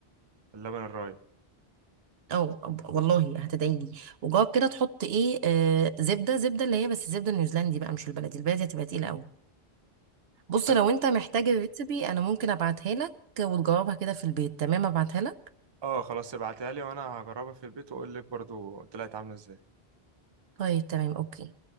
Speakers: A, on the right; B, on the right.
A: اللبن الرايب
B: او أب- والله هتدعي لي وجواب كده تحط ايه آه زبدة زبدة اللي هي بس زبدة نيوزيلندي بقى مش البلدي البلدي هتبقى تقيلة قوي بص
A: طيب
B: لو انت محتاج الريسبي انا ممكن ابعتها لك وتجاوبها كده في البيت تمام ابعتها لك
A: اه خلاص ابعتها لي وانا هجربها في البيت واقول لك برضو طلعت عامله ازاي
B: طيب تمام اوكي